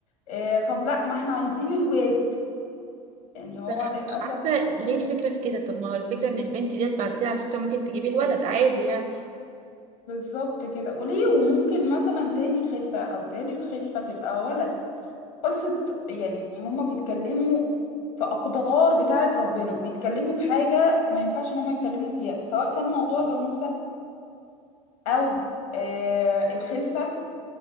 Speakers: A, on the left; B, on the right.
A: آه طب لا ما احنا عايزين الواد يعني هو
B: صح
A: للأسف
B: مش عارفة
A: ال-
B: ليه الفكرة في كده طب ما هو الفكرة ان البنت ديت بعد كده على فكرة ممكن تجيبي الولد عادي يعني
A: بالظبط كده وليه وممكن مثلا تاني خلفة أو تالت خلفة تبقى ولد قصة يعني هما بيتكلموا في أقدار بتاعة ربنا بيتكلموا في حاجة ما ينفعش إن هما يتكلموا فيها سواء كان موضوع الأنوثة أو آه الخلفة